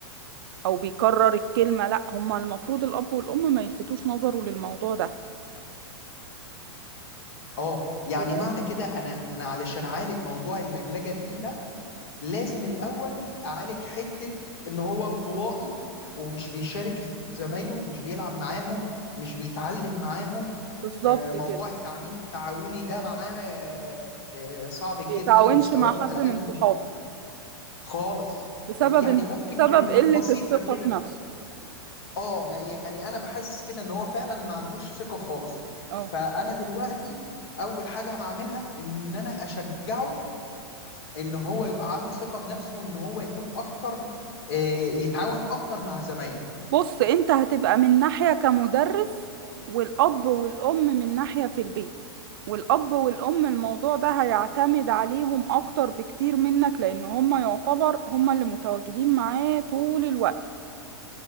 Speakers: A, on the right (about 55°); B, on the left (about 65°).
A: او بيكرر الكلمه لا هم المفروض الاب والام ما يلفتوش نظره للموضوع ده
B: اه يعني
A: و-
B: معنى كده انا انا علشان اعالج موضوع اللجلجه فيه ده لازم الاول اعالج حته ان هو انطوائي ومش بيشارك زمايله مش بيلعب معاهم مش بيتعلم معاهم
A: بالظبط
B: آه، موضوع
A: كده
B: التعليم التعاوني ده معاه آه، آه، صعب
A: ما
B: جدا
A: بيتعاونش
B: مستواه
A: مع
B: في
A: حد
B: اقل
A: من صحابه
B: خالص
A: بسبب
B: آه، يعني ممكن
A: بسبب
B: كلمات
A: قله
B: بسيطه
A: الثقه
B: كده
A: في نفسه
B: اه ما- يعني انا بحسس كده ان هو فعلا ما عندوش ثقه خالص
A: اه
B: فانا دلوقتي اول حاجه هعملها ان انا اشجعه ان هو يبقى عنده ثقه بنفسه وان هو يكون اكتر آه، يتعاون اكتر مع زمايله
A: بص انت هتبقى من ناحية كمدرس والأب والأم من ناحية في البيت والأب والأم الموضوع ده هيعتمد عليهم أكتر بكتير منك لأن هما يعتبر هما اللي متواجدين معاه طول الوقت